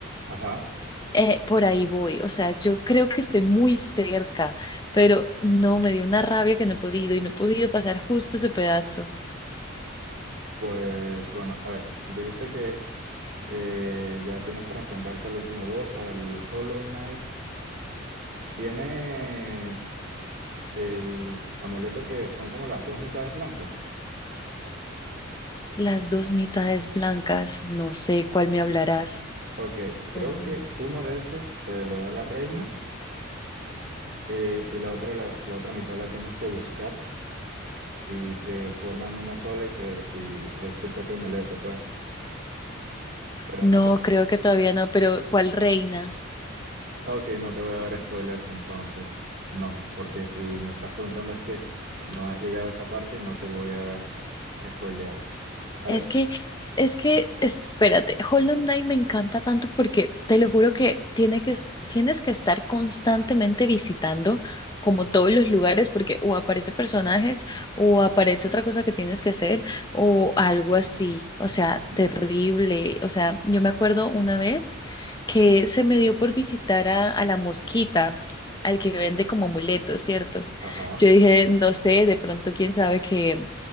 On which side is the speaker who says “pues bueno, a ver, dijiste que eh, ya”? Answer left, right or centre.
Right